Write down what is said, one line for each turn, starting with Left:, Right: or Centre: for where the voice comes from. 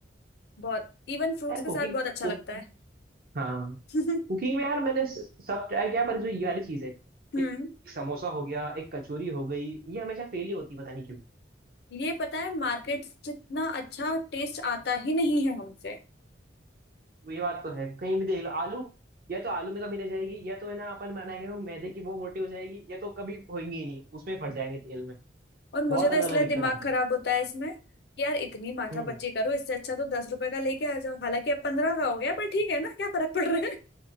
Left: बहुत इवन फ्रूट्स
Right: यार
Left: के
Right: कुकी
Left: साथ बहुत अच्छा
Right: कुक
Left: लगता है
Right: हाँ
Left: <laughs>
Right: कुकिंग में यार मैंने स- सब ट्राई किया पर जो ये वाली चीज है एक,
Left: हम्म
Right: एक समोसा हो गया एक कचौरी हो गई ये हमेशा फेल ही होती है, पता नहीं क्यों
Left: ये पता है मार्केट जितना अच्छा टेस्ट आता ही नहीं है हमसे
Right: वो ये बात तो है कहीं भी देख लो आलू या तो आलू में कमी रह जाएगी या तो है ना अपन बनाएंगे तो मैदे की वो मोटी हो जाएगी या तो कभी होंगी ही नहीं उसमें फट जाएंगे तेल में
Left: और मुझे
Right: बहुत
Left: तो
Right: अलग
Left: इसलिए
Right: अलग दिक्कत
Left: दिमाग
Right: आती
Left: खराब
Right: है
Left: होता है इसमें कि यार इतनी माथापच्ची
Right: हम्म
Left: करो इससे अच्छा तो दस रुपए का लेके आ जाओ हालांकि अब पंद्रह का हो गया पर ठीक है ना क्या फर्क पड़ रहा है <laughs>